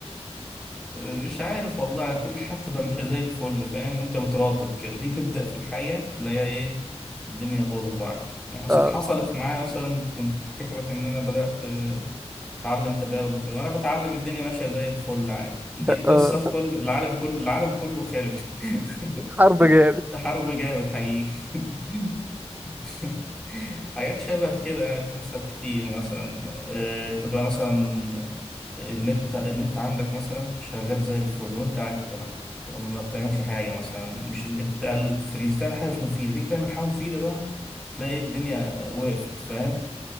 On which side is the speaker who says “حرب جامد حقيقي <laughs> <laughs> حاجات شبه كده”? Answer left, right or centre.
Centre